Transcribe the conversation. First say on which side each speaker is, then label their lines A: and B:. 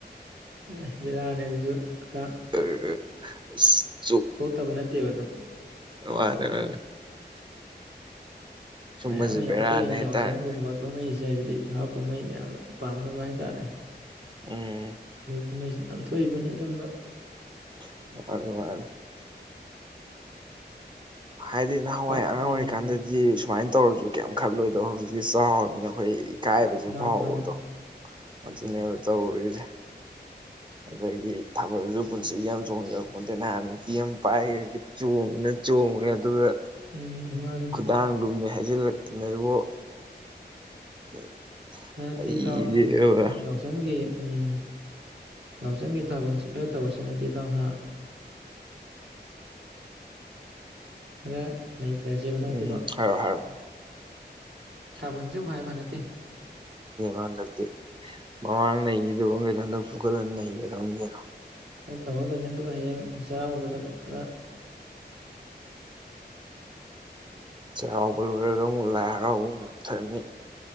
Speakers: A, on the right; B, on the right.
A: ꯑꯁ ꯕꯤꯔꯅꯤ ꯑꯗꯨꯁꯨ ꯈꯤꯇ
B: ꯎꯝ ꯎꯝ <unintelligible>
A: ꯊꯣꯛꯇꯕ ꯅꯠꯇꯦꯕ ꯑꯗꯨ
B: <unintelligible> ꯁꯨꯝꯕꯁꯦ
A: ꯃꯌꯥꯝ ꯑꯃ ꯌꯥꯎꯊꯣꯛꯏꯅꯤ
B: ꯕꯦꯔꯥꯅꯦ ꯍꯥꯏꯇꯥꯔꯦ
A: ꯌꯥꯎꯁꯪꯒꯨꯝꯕ ꯀꯨꯝꯍꯩꯁꯦ ꯍꯥꯏꯗꯤ ꯍꯔꯥꯎ ꯀꯨꯝꯍꯩ ꯃꯌꯥꯝꯅ ꯄꯥꯝꯅꯕ ꯍꯥꯏꯇꯥꯔꯦ
B: ꯎꯝ
A: ꯀꯨꯝꯍꯩꯁꯤ ꯌꯥꯝ ꯊꯣꯛꯏꯕꯅꯤ ꯑꯗꯨꯝꯕ
B: <unintelligible> ꯍꯥꯏꯗꯤ ꯅꯍꯥꯟꯋꯥꯏ
A: ꯏꯇꯥꯎ
B: ꯑꯉꯥꯡ
A: ꯎꯝ
B: ꯑꯣꯏꯔꯤꯀꯥꯟꯗꯗꯤ ꯁꯨꯃꯥꯏꯅ ꯇꯧꯔꯁꯨ ꯀꯌꯥꯝ ꯈꯜꯂꯣꯏꯗꫭ ꯍꯧꯖꯤꯛꯇꯤ ꯆꯥꯎꯔꯝꯅꯤꯅ ꯑꯩꯈꯣꯏ ꯏꯀꯥꯏꯕꯁꯨ
A: ꯃꯥꯅꯤ
B: ꯐꯥꯎꯕꯗꯨ
A: ꯃꯥꯅꯤ
B: ꯑꯗꯨꯅꯦꯕ ꯇꯧꯔꯤꯁꯦ ꯑꯗꯒꯤ ꯊꯥꯕꯜꯁꯨ ꯄꯨꯟꯁꯤꯒꯤ ꯌꯥꯝ ꯊꯆꯣꯡꯖꯔꯛꯄꯣꯇꯦ ꯅꯍꯥꯟ ꯅꯨꯄꯤ ꯑꯃ ꯄꯥꯏ <unintelligible> ꯆꯣꯡꯉꯦꯅ ꯆꯣꯡꯉꯦ ꯑꯗꯨꯒ
A: ꯎꯝ ꯃꯥꯅꯤ
B: ꯈꯨꯗꯥꯡ ꯂꯨꯝꯃꯤ ꯍꯥꯏꯖꯤꯜꯂꯛꯇꯅ ꯏꯕꯣ <unintelligible>
A: ꯍꯟꯗꯛꯇꯤ
B: ꯑꯩꯗꯤꯕ
A: ꯏꯇꯥꯎ ꯌꯥꯎꯁꯪꯒꯤ ꯎꯝ ꯌꯥꯎꯁꯪꯒꯤ ꯊꯥꯕꯜꯁꯤ ꯈꯔ ꯇꯧꯔꯁꯤꯅ ꯍꯟꯗꯛꯇꯤ ꯏꯇꯥꯎ ꯍꯥ ꯈꯔ ꯅꯩꯊꯔꯁꯦꯕ ꯍꯟꯗꯛꯇꯤꯀꯣ
B: ꯎꯝ ꯍꯥꯏꯔꯛꯑꯣ ꯍꯥꯏꯔꯛꯑꯣ <unintelligible>
A: ꯊꯥꯕꯜꯁꯤꯕꯨ ꯍꯥꯏꯕ ꯍꯟꯗꯛꯀꯤ
B: <unintelligible> ꯃꯃꯥꯡ ꯅꯩꯈꯤꯗꯕ ꯀꯩꯗꯣ ꯍꯟꯗꯛ ꯐꯨꯒꯠꯂ ꯅꯩꯒꯗꯕꯅꯤ ꯀꯩꯅꯣ
A: ꯈꯔ <unintelligible> ꯑꯗꯨꯒ ꯍꯌꯦꯡ ꯆꯩꯔꯥꯎꯕꯗꯁꯨ ꯑꯗꯨꯝ ꯈꯔ
B: ꯆꯩꯔꯥꯎꯕ ꯂꯣꯏꯔꯒ ꯑꯃꯨꯛ ꯂꯥꯏ ꯍꯔꯥꯎꯕ ꯑꯃꯨꯛ <unintelligible>